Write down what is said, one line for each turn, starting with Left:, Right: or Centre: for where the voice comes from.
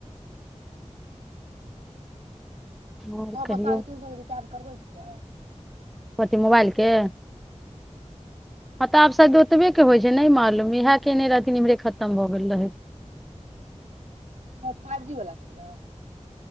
Centre: आओर
Right: हँ तऽ
Centre: कहियौ
Right: साढ़े तीन सएक रचार्ज करबै छियै
Centre: कथि मोबाइलके
Right: ह्म
Centre: हँ तब आब शायद ओतबैके होइ छै नहि मालूम इएह कयने रहथिन इम्हरे खतम भऽ गेल रहै
Right: हमर फाइव जी वला छै ने